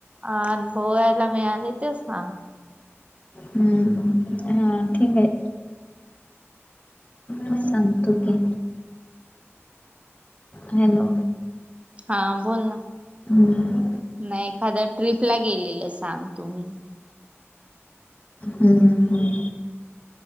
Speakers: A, on the right; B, on the left.
A: अनुभवायला मिळाले ते सांग
B: हम्म हा ठीक आहे म सांगतो की हॅलो
A: हा बोल ना
B: हम्म
A: नाही एखाद्या ट्रिपला गेलेलं सांग तुम्ही
B: हम्म हम्